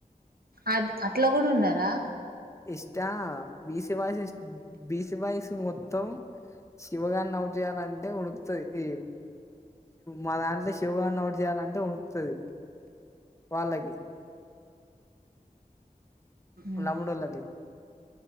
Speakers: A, on the right; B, on the left.
A: అ అట్లా కూడా ఉన్నారా
B: ఇష్ట బీస బా బీస బాస్ మొత్తం శివగారిని అవుట్ చేయాలంటే ఉణకుతుది మా దాంట్లో శివగారిని అవుట్ చేయాలంటే ఉణకుతుది వాళ్ళకి
A: ఉమ్
B: ముడలాగే